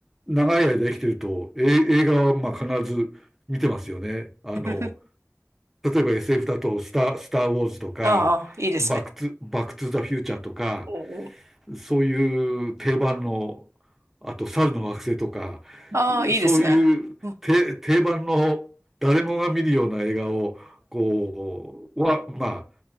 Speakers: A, in the centre; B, on the right.
A: 長い間生きてると、え映画はまあ必ず見てますよね。あの、
B: <laughs>
A: 例えば SF だとスター、スター・ウォーズとか、
B: ああ、いいですね。
A: バック・トゥ、バック・トゥ・ザ・フューチャーとか、
B: おお
A: そういう定番の、あと、猿の惑星とか、
B: ああ、いいですね。
A: そういう定番の誰もが見るような映画を、
B: うん
A: こう、は、まあ、